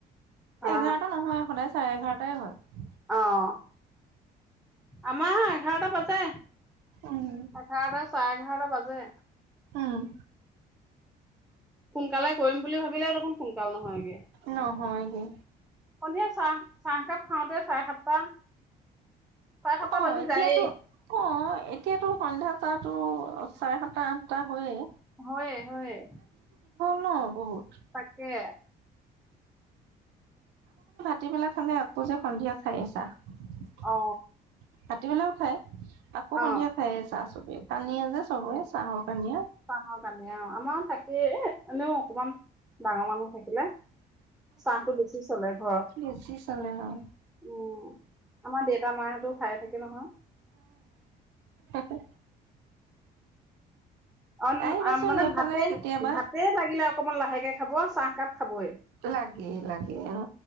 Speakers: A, in the centre; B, on the right (about 85°).
A: হা
B: এঘাৰটা নহয় সদায় চাৰে এঘাৰ তায়ে হয়
A: অহ্ আমাৰ এঘাৰটা বাজে,
B: উম,
A: এঘাৰটাত চাৰে এঘাৰটা বাজে।
B: উম
A: সোনকালে কৰিম বুলি ভাবিলে দেখোন সোনকাল নহয়গে।
B: নহয়গে
A: এয়া চাহ - চাহকাপ খাওঁতে চাৰে সাতটা চাৰে সাতটা
B: অ
A: বাজি
B: এতিয়াতো-
A: যায়েই
B: অ এতিয়াতো সন্ধ্যা চাহটো চাৰে সাতটা আঠটা হয়েই।
A: হয়ে- হয়ে
B: ন বহুত।
A: তাকে
B: টিবেলা খালে আকৌ যে সন্ধিয়া খাইয়ে চাহ। <unintelligible>
A: অ
B: লাও খাই আকৌ
A: অ
B: সন্ধিয়া খায়েই চ চাহ চবে কানিয়া যে চবে চাহৰ কানিয়া।
A: চাহৰ কানিয়া অ, আমাৰো থাকেই এ এনেও অকমান ডাঙৰ মানুহ থাকিলে চাহটো বেছি চলে ঘৰত।
B: বেছি চলে আৰু
A: উম, আমাৰ দেতা মাইহতো খায়ে থাকে নহয়।
B: উ
A: অন
B: আহিবাচোন
A: আম, মানে
B: এইফালে
A: ভাতে,
B: কেতিয়াবা
A: ভাতে লাগিলে অকমান লাহেকে খাব চাহকাপ খাবই
B: লাগেই লাগে অ,